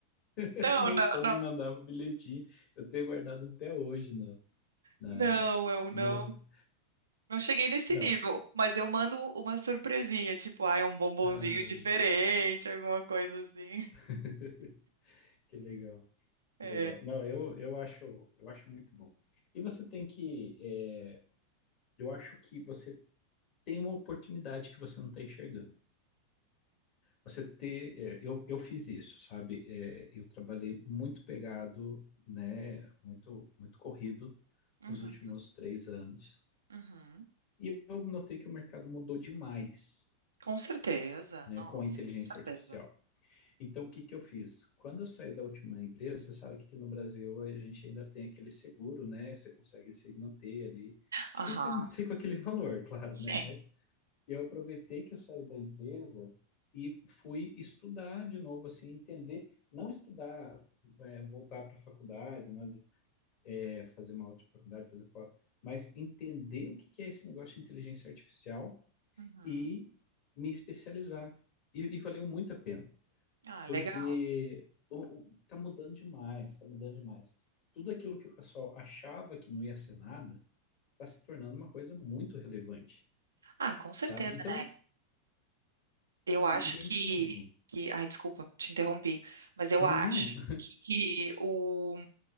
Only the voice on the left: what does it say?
<laughs>
minha
esposa
me mandava bilhetinho. Eu tenho guardado até hoje no, na,
nossa,
não.
Ah,
<laughs> que legal,
que legal. Não, eu, eu acho, eu acho muito bom. E você tem que, é, eu acho que você tem uma oportunidade que você não está enxergando. Você ter, é, eu, eu fiz isso, sabe? É, eu trabalhei muito pegado, né? Muito, muito corrido
nos últimos três anos.
E eu notei que o mercado mudou demais,
né?
Com a inteligência
artificial. Então, o que que eu fiz? Quando eu saí da última empresa, você sabe que aqui no Brasil a gente ainda tem aquele seguro, né? Você consegue se manter ali. Difícil
é <laughs> manter com aquele valor, claro,
né? Mas E eu aproveitei que eu saí da empresa e fui estudar de novo, assim, entender, não estudar, é, voltar para a faculdade, né, de, é, fazer uma outra faculdade, fazer pós, mas entender o que que é esse negócio de inteligência artificial
e me especializar. E, e valeu muito a pena,
porque
o- o- tá mudando demais, tá mudando demais. Tudo aquilo que o pessoal achava que não ia ser nada, está se tornando uma coisa muito relevante,
sabe? Então,
e, e é
em tudo.
Não.